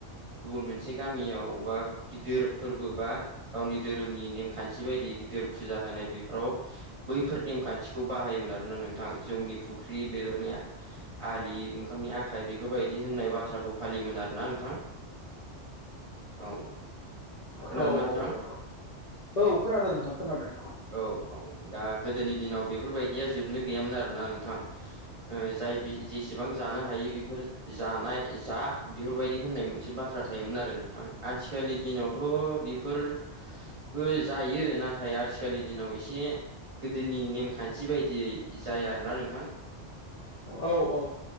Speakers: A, on the right; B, on the left.
A: गुबुन मोनसे गामियाव बा गिदिर फोरबो बा गावनि धोरोमनि नेमखान्थि बायदि गिदिर फुजा होनाय बेफोराव बैफोर नेमखान्थिखौ बाहायोमोन आरोना नोंथां जौनि फुख्रि बेदरनि आ आलि ओंखामनि आखाइ बेफोरबायदि होननाय बाथ्राखौ फालियोमोन आरो ना नोंथां औ खोनादोंना
B: औ
A: नोंथां
B: औ औ औ खोनादों नोंथां खोनादों
A: औ औ दा गोदोनि दिनाव बेफोरबायदिया जोबनो गैयामोन आरोना नोंथां जाय जेसेबां जानो हायो बेफोर जानाय जा बेफोरबायदि होननाय मोनसे बाथ्रा थायोमोन आरो नोंथां आथिखालनि दिनावथ' बेफोर बो जायो नाथाय आथिखालनि दिनाव एसे गोदोनि नेमखान्थि बायदिय जाया आरोना नोंथां
B: औ औ